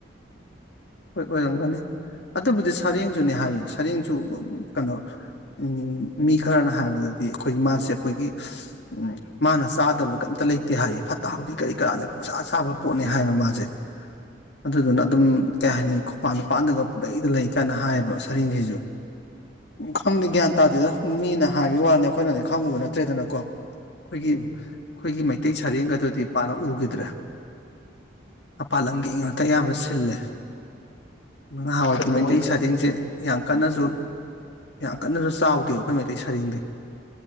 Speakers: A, on the left; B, on the left.
A: ꯍꯣꯏ ꯑꯣꯏꯔꯝꯒꯅꯤ ꯑꯗꯨꯕꯨꯗꯤ ꯁꯔꯦꯡꯖꯨꯅꯦ ꯍꯥꯏꯌꯦ ꯁꯔꯦꯡꯁꯨ ꯀꯩꯅꯣ ꯎꯝ ꯃꯤ ꯈꯔꯅ ꯍꯥꯏꯕꯗꯗꯤ ꯑꯩꯈꯣꯏꯒꯤ ꯃꯥꯁꯦ ꯑꯩꯈꯣꯏꯒꯤ ꯎꯝ ꯃꯥꯅ ꯆꯥꯗꯕ ꯀꯩꯝꯇ ꯂꯩꯇꯦ ꯍꯥꯏꯌꯦ ꯐꯠꯇ ꯍꯥꯎꯗꯤ ꯀꯔꯤ ꯀꯔꯥꯁꯦ ꯄꯨꯡꯁꯥ ꯁꯥꯕ ꯄꯣꯠꯅꯦ ꯍꯥꯏꯕ ꯃꯥꯁꯦ ꯑꯗꯨꯗꯨꯅ ꯑꯗꯨꯝ ꯀꯩ ꯍꯥꯏꯅꯤ ꯈꯣꯡꯄꯥꯟ ꯢꯄꯥꯟꯗꯒ ꯄꯨꯂꯩꯗ ꯂꯩ ꯀꯥꯏꯅ ꯍꯥꯏꯌꯦꯕ ꯁꯥꯔꯦꯡꯁꯤꯡꯁꯨ ꯈꯪꯗꯦ ꯒ꯭ꯌꯥꯟ ꯇꯥꯗꯦꯗ ꯃꯤꯅ ꯍꯥꯏꯕꯒꯤ ꯋꯥꯅꯤ ꯑꯩꯈꯣꯏꯅꯗꯤ ꯈꯪꯉꯨꯕ ꯅꯠꯇ꯭ꯔꯦꯗꯅꯀꯣ ꯑꯩꯈꯣꯏꯒꯤ
B: ꯎꯝ
A: ꯑꯩꯈꯣꯏꯒꯤ ꯃꯩꯇꯩ ꯁꯔꯦꯡꯒ ꯑꯗꯨꯗꯤ ꯄꯥꯛꯅ ꯎꯈꯤꯗ꯭ꯔꯦ ꯃꯄꯥꯜ ꯂꯝꯒꯤ ꯉꯥꯛꯇ ꯑꯌꯥꯝꯕ ꯁꯤꯜꯂꯦ ꯅꯍꯥꯟꯋꯥꯢꯗꯤ
B: ꯑꯗꯨ
A: ꯃꯩꯇꯩ
B: ꯃꯣꯏ
A: ꯁꯥꯔꯦꯡꯁꯦ ꯌꯥꯝ ꯀꯟꯅꯁꯨ ꯌꯥꯝ ꯀꯟꯅꯁꯨ ꯆꯥꯎꯗꯦꯕ ꯑꯩꯈꯣꯏ ꯃꯩꯇꯩ ꯁꯔꯦꯡꯗꯤ